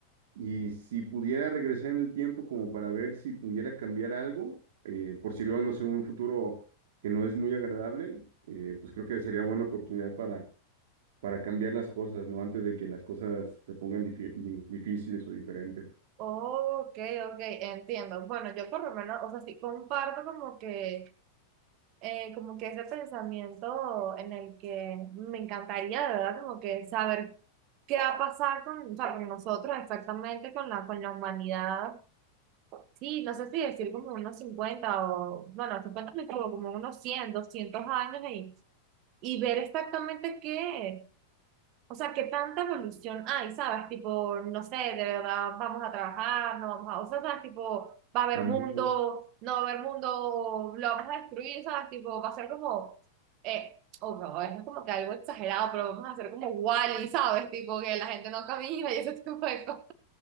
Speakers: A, on the right (about 55°); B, on the right (about 40°).
A: y si pudiera regresar en el tiempo como para ver si pudiera cambiar algo, eh, por si veo, no sé, un futuro que no es muy agradable, eh, pues creo que sería buena oportunidad para para cambiar las cosas, ¿no? Antes de que las cosas se pongan difí- di- difíciles o diferentes.
B: Ok, ok, entiendo. Bueno, yo por lo menos, o sea, sí comparto como que, eh, como que ese pensamiento en el que me encantaría, de verdad, como que saber qué va a pasar con, o sea, con nosotros exactamente, con la, con la humanidad Sí, no sé si decir como unos 50 o, bueno, 50 me equivoco, como unos 100 200 años y, y ver exactamente qué, o sea, qué tanta evolución hay, ¿sabes? Tipo, no sé, de verdad vamos a trabajar, no vamos a, o sea, ¿sabes? Tipo, va a haber
A: La mu-
B: mundo, no va a haber mundo, lo vamos a destruir, ¿sabes? Tipo, va a ser como, eh, o no, es como que algo exagerado, pero vamos a hacer como Wall-E, ¿sabes? Tipo, que la gente no camina y ese <laughs> tipo de cosas.